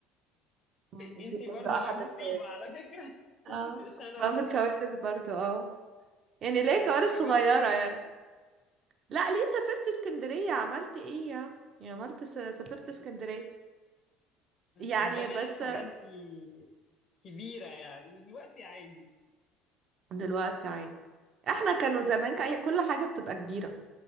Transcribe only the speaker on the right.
آه. دي
برضه
احد
الكوارث
اه
كنت
بعمل
كوارث برضه اه يعني
ليه كوارث
صغيره
يعني لا ليه سافرت اسكندريه عملت ايه يعني يعني عملت س- سافرت
اسكندريه يعني
بس
دلوقتي عادي احنا كانوا زمان
كأي- كل حاجه بتبقى كبيره